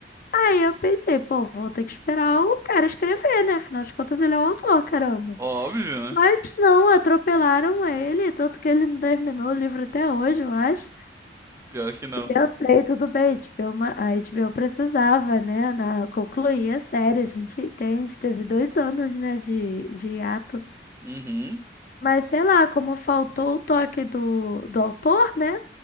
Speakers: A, on the left; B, on the right.
A: Aí eu pensei, pô, vou ter que esperar o cara escrever, né? Afinal de contas, ele é o autor, caramba.
B: Óbvio, né?
A: Mas não, atropelaram ele, tanto que ele não terminou o livro até hoje, eu acho.
B: Pior que não.
A: E eu sei, tudo bem, HBO, ma- a HBO precisava, né, na, concluir a série, a gente entende, teve dois anos, né, de, de hiato.
B: Uhum.
A: Mas sei lá, como faltou o toque do, do autor, né,